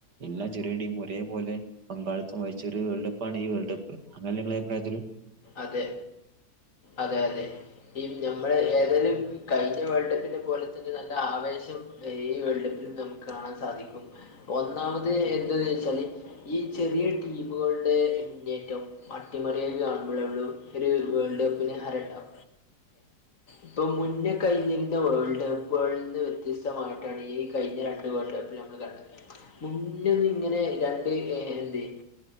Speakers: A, on the right; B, on the left.
A: എല്ലാ ചെറിയ ടീം ഒരേ പോലെ- പങ്കാളിത്തം വഴിച്ച ഒരു വേൾഡ് കപ്പാണ് ഈ വേൾഡ് കപ്പ് അങ്ങനെ നിങ്ങളുടെ അഭിപ്രായത്തിൽ
B: അതെ അതെ അതെ ഈ ഞമ്മള് ഏതെിലും- കഴിഞ്ഞ വേൾഡ് കപ്പിനെ പോലെ തന്നെ നല്ല ആവേശം ഈ വേൾഡ് കപ്പിലും നമുക്ക് കാണാൻ സാധിക്കും. ഒന്നാമത് എന്തന്ന് വച്ചാല്- ഈ ചെറിയ ടീമുകളുടെ മുന്നേറ്റം അട്ടിമറിയുകയാണ്- വേൾഡ് കപ്പില് വേൾഡ് കപ്പില് ആരാ- ഇപ്പോ മുന്നേ കഴിഞ്ഞിരുന്ന വേൾഡ് കപ്പുകളിൽ നിന്ന് വ്യത്യസ്തമായിട്ടാണ് ഈ കഴിഞ്ഞ രണ്ട് വേൾഡ് കപ്പ് നടന്നെ- മുന്നന്ന് ഇങ്ങനെ രണ്ട് എന്ത്-